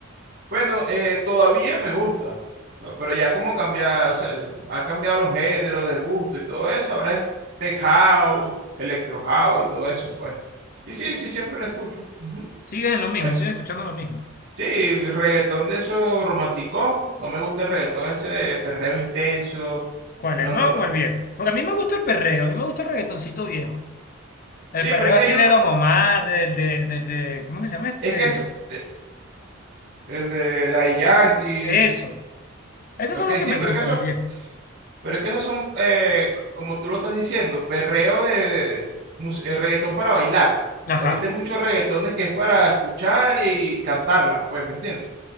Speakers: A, on the right (about 60°); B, on the left (about 45°).
A: Bueno, eh, todavía me gusta, pero pero ya como cambia, o sea, ha cambiado los géneros de gusto y todo eso, ahora es tech house, electro house y todo eso, pues. Y sí,
B: Eh,
A: sí, siempre lo escucho. ujú,
B: sigues en lo mismo,
A: Eso.
B: sigues escuchando lo mismo.
A: Sí, reggaetón de esos romanticón, no me gusta el reggaetón ese de perreo intenso,
B: ¿Cuál,
A: no,
B: el nuevo
A: no, no.
B: o el viejo? Porque a mí me gusta el perreo, a mí me gusta el reggaetoncito viejo. El
A: Sí,
B: perreo
A: pero es que
B: así
A: hay uno,
B: de Don Omar, del de, del de, ¿cómo que se llama este?
A: es que es eh, el de Daddy Yankee,
B: Eso. Esos
A: ok,
B: son los que
A: sí,
B: me
A: pero
B: gustan,
A: es que eso
B: los viejos.
A: Pero es que esos son, eh, como tú lo estás diciendo, perreo de, de- de mus- eh, reggaetón para bailar.
B: Ajá.
A: Ahorita hay muchos reggaetones que es para escuchar y cantarlas, pues, ¿me entiendes?